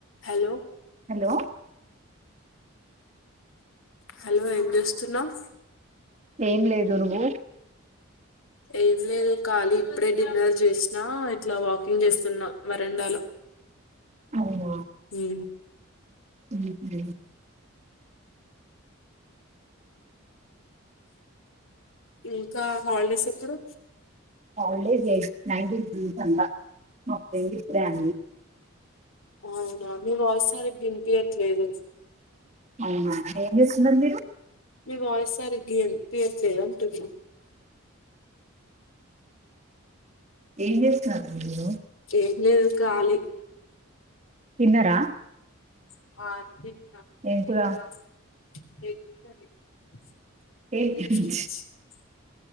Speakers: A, on the left; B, on the right.
A: Hello
B: hello
A: hello ఏం జెస్తున్నావ్
B: ఏం లేదూ నువ్వు
A: ఏం లేదూ ఖాలీ ఇప్పుడే డిన్నర్ చేసినా ఇట్లా వాకింగ్ చేస్తున్నా మర్ ఎండలా
B: అవునా
A: హు
B: ఇంకా హాలిడేస్
A: ఇంకా హాలీడేస్ ఎప్పుడు
B: హాలీడేస్ ఎయిట్ నైటీన్త్ జూన్ నుంచి అంటా మా ఫ్రెండ్ ఇప్పుడే అనింది
A: అవునా మీ వాయిస్ సారిగా వినిపియ ట్లేదు
B: అవునా ఏం చేస్తున్నరు మీరూ
A: మీ వాయిస్ సరిగ్ వినిపియట్లేదు అంటున్నా
B: ఏం చేస్తున్నారు మీరు
A: ఏం లేదు కాలీ <unintelligible>
B: తిన్నారా ఏం కూర సేమ్ పించ్